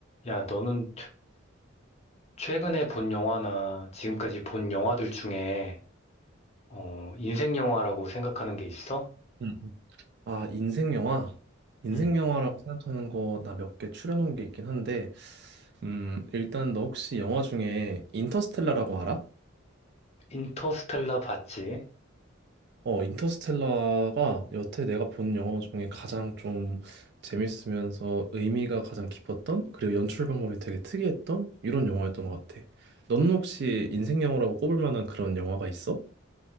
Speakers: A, on the left (about 30°); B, on the right (about 55°).
A: 야, 너는 최근에 본 영화나 지금까지 본 영화들 중에 어, 인생 영화라고 생각하는 게 있어?
B: 음, 아, 인생 영화? 인생
A: 음.
B: 영화라고 생각하는 거 나 몇 개 추려놓은 게 있긴 한데, 음, 일단 너 혹시 영화 중에 인터스텔라라고 알아?
A: 인터스텔라 봤지?
B: 어, 인터스텔라가 여태 내가 본 영화 중에 가장 좀 재밌으면서 의미가 가장 깊었던, 그리고 연출 방법이 되게 특이했던 이런 영화였던 것 같아. 너는 혹시 인생 영화라고 꼽을 만한 그런 영화가 있어?